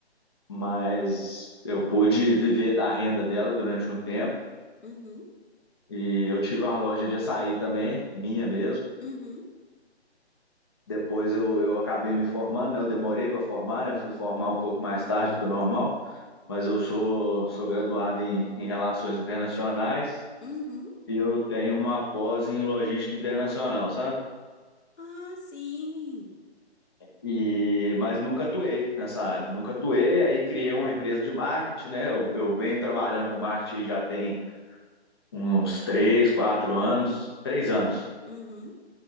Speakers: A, on the left (about 20°); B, on the left (about 80°).
A: mas eu pude viver da renda dela durante um tempo
B: uhum,
A: E eu tive uma loja de açaí também, minha mesmo.
B: uhum,
A: Depois eu, eu acabei me formando, né? Eu demorei para formar, né? Eu fui formar um pouco mais tarde do que o normal, mas eu sou, sou graduado em, em Relações Internacionais
B: uhum.
A: e eu tenho uma pós em Logística Internacional, sabe?
B: Ah, sim.
A: E, mas nunca atuei nessa área, nunca atuei, aí criei uma empresa de marketing, né? Eu, eu venho trabalhando com marketing já tem uns três, quatro anos, três anos.
B: Uhum,